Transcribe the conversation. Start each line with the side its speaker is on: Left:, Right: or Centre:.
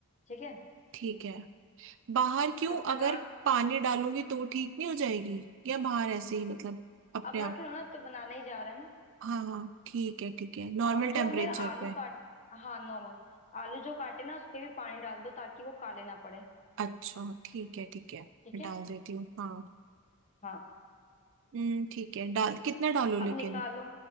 Left: ठीक है
Right: ठीक है बाहर क्यों
Left: तब तक
Right: अगर
Left: आप
Right: पानी डालूंगी तो ठीक नहीं हो जाएगी या बाहर ऐसे ही मतलब अपने
Left: अब रख
Right: आप
Left: लो ना तो बनाना ही जा रहा है ना
Right: हाँ हाँ ठीक है ठीक है नॉर्मल
Left: और
Right: टेम्परेचर
Left: जो हमने आलू
Right: पे
Left: काट हाँ नॉर्मल आलू जो काटे ना उस पे भी पानी डाल दो ताकि वो काले ना पड़े
Right: अच्छा ठीक है ठीक है
Left: ठीक
Right: मैं
Left: है
Right: डाल देती हूँ हाँ
Left: हाँ
Right: हम्म ठीक है डाल कितना डालूं
Left: अब
Right: लेकिन
Left: निकालो